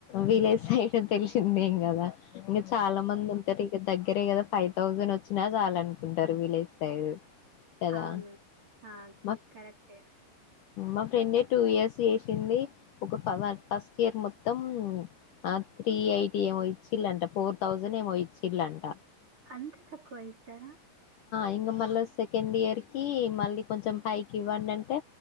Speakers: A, on the left (about 75°); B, on the right (about 30°).
A: విలేజ్ సైడ్ తెలిసిందేం కదా ఇంకా చాలా మంది ఉంటారు ఇక దగ్గర దగ్గరే కదా ఫైవ్ థౌజండ్ వచ్చినా చాలనుకుంటారు విలేజ్ సైడ్ కదా
B: అవును హా
A: మా
B: కరెక్టే
A: మా ఫ్రెండే టూ ఇయర్స్ చేసింది ఒక ఫస్ట్ ఇయర్ మొత్తం ఆ త్రీ త్రీ ఎయిటి ఏమో ఇచ్చిల్ంలట ఫోర్ థౌజండ్ ఏమో ఇచ్చిల్లంట
B: అంత తక్కువ ఇస్తరా
A: ఇంకా మళ్ళీ సెకండ్ ఇయర్ కి మళ్ళీ కొంచెం పైకి ఇవ్వండి అంటే